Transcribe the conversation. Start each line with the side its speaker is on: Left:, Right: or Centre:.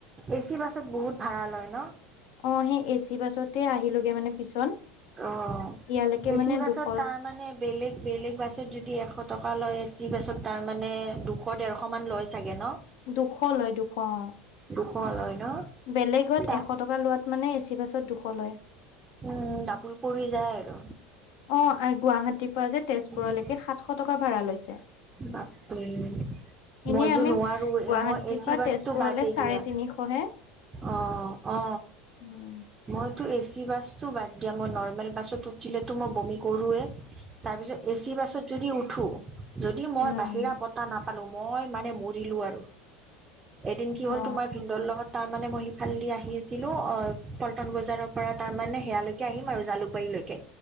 Right: এ চি বাছত বহুত ভাঢ়া লয় ন।
Left: অ সেই এচি বাছটে আহিলোগে মানে পিছত।
Right: অ'
Left: ইয়ালৈকে
Right: এচি
Left: মানে
Right: বাছত
Left: দুশ
Right: তাৰ মানে বেলেগ-বেলেগ বাছত যদি এশ টকা টকা লৈ এছি বাছত তাৰ মানে দুশ দেৰশ মান লয় চাগে। ন?
Left: দুশ লয় দুশ অ',
Right: দুশ লয়। ন?
Left: বেলেগত
Right: দা
Left: এশ টকা লোৱাত মানে এচি বাছত দুশ লয়
Right: উম, ডাবুল পৰি যায় আৰু।
Left: অ গুৱাহাটীৰ পৰা যে তেজপুৰলৈকে
Right: উম-উম
Left: সাতশ টকা ভাড়া লৈছে
Right: বাপৰে।
Left: এনেই
Right: মই যে
Left: আমি
Right: নোৱাৰো
Left: গুৱাহাটীৰ
Right: এ মই এচি
Left: পৰা
Right: বাছটো
Left: তেজপুৰলে
Right: বাদেই
Left: চাৰে
Right: দিয়া।
Left: তিনিশহে
Right: অ-অ
Left: উম
Right: মই এ চি বাছতো বাদ দিয়া মই নৰ্মেল বাছত উঠিলেতো মই বমি কৰোৱে। তাৰ পিছত এচি বাছত যদি উঠো যদি মই
Left: উম
Right: বাহিৰা বতাহ নাপ। পালো মই মানে মৰিলো আৰু এদিন কি
Left: অ
Right: হ'ল তোমাৰ ভিনদৰ লগত তাৰ তাৰ মানে মই সিফালদি আহি আছিলো অ' পল্টন বজাৰৰ পৰা তাৰমানানে সেয়ালৈকে আহিম আৰু জালুকবাৰীলৈকে।